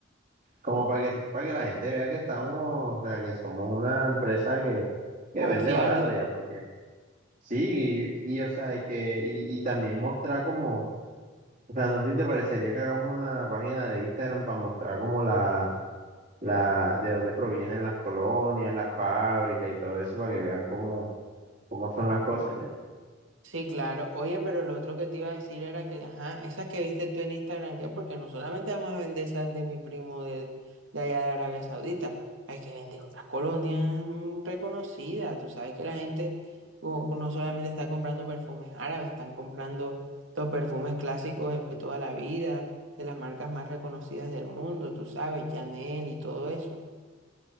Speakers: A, on the right (about 45°); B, on the right (about 80°).
A: Como para que, se- para que la gente vea que estamos, o sea, que somos una empresa que,
B: confiable.
A: que vende barato ya, porque Sí, y, y, o sea, y que, y, y también mostrar como, o sea, no sé si te parecería que hagamos una página de Instagram para mostrar como la, la, de dónde provienen las colonias, las fábricas y todo eso, para que vean cómo, cómo son las cosas ya.
B: Sí, claro. Oye, pero lo otro que te iba a decir era que, ajá, esas que viste tú en Instagram, ¿qué? Porque no solamente vamos a vender esas de mi primo de, de allá de Arabia Saudita, hay que vender otras colonias mm, reconocidas. Tú sabes que la gente o- no solamente está comprando perfumes árabes, están comprando los perfumes clásicos de toda la vida, de las marcas más reconocidas del mundo, tú sabes, Chanel y todo eso.